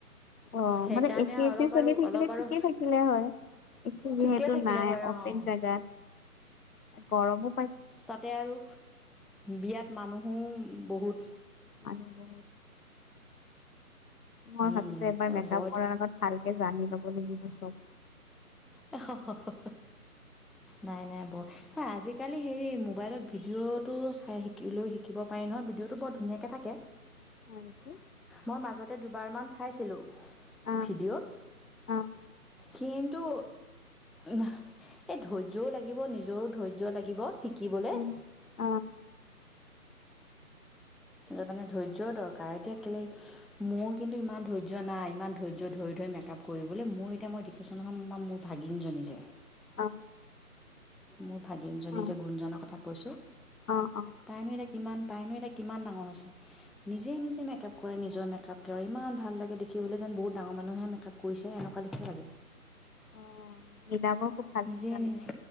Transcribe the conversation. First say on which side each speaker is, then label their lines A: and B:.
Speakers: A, on the left; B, in the centre.
A: অ',
B: সেইকাৰণে
A: মানে এ চি এ
B: অলপ
A: চি চলি
B: আৰু
A: থা
B: অলপ
A: কিলে
B: আৰু
A: ঠিকেই থাকিলে হয়, এ চি যিহেতু
B: ঠিকে থাকিলে
A: নাই
B: হয়
A: অপেন
B: অঁ
A: জাগা। গৰমো
B: তাতে আৰু বিয়াত মানুহো বহুত।
A: মানুহ বহুত, মই
B: উম
A: ভাবিছোঁ এইবাৰ
B: এই
A: মেকআপ
B: বৰ
A: কৰাৰ আগত ভালকে জানি ল'ব লাগিব চব।
B: <unintelligible> নাই নাই ব ঐ আজিকালি হেৰি মোবাইলত ভিডিঅ'টো চাই শিকি লৈ শিকিব পাৰি নহয়, ভিডিঅ'টো বৰ ধুনীয়াকৈ থাকে।
A: হয় নেকি?
B: মই মাজত তে দুবাৰমান চাইছিলোঁ,
A: অ',
B: ভিডি'অত
A: অ',
B: কিন্তু এই ধৈৰ্য্যও লাগিব নিজৰো ধৈৰ্য্য লাগিব, শিকিবলে।
A: উম, অ',
B: মানে ধৈৰ্য্যৰ দৰকাৰ এতিয়া কেলে মোৰ কিন্তু ইমান ধৈৰ্য্য নাই ইমান ধৈৰ্য্য ধৰি ধৰি মেকআপ কৰিবলৈ, মই এতিয়া মই টিশ্যনখন মোৰ ভাগিনজনী যে
A: অ',
B: মোৰ ভাগিনজনী
A: অ',
B: যে গুণজনৰ কথা কৈছোঁ
A: অ', অ',
B: তাইনো এতিয়া কিমান তাইনো এতিয়া কিমান ডাঙৰ হৈছে? নিজে নিজে মেকআপ কৰে নিজৰ মেকআপকটো, ইমান ভাল লাগে দেখিবলৈ যেন বহুত ডাঙৰ মানুহে মেকআপ কৈছে এনেকুৱা লিখিব লাগে
A: অ মিলাব খুব ভালকৈ
B: নিজে
A: জানে।
B: নিজে